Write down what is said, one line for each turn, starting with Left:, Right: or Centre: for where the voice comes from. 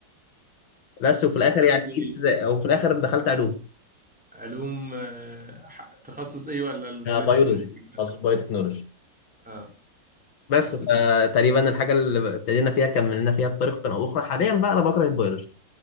Left: بس وفي
Centre: ودخلت
Left: الاخر يعني
Centre: إيه؟
Left: جيت او في الاخر دخلت علوم
Centre: علوم آه، ح- تخصص ايه ولا لسه
Left: بيولوجي
Centre: ممكن
Left: تخصص
Centre: ده؟
Left: بايوتكنولوجي
Centre: اه
Left: بس
Centre: توفيق
Left: فتقريبا الحاجه اللي ابتدينا فيها كملنا فيها بطريقه او اخرى حاليا بقى انا بكره البيولوجي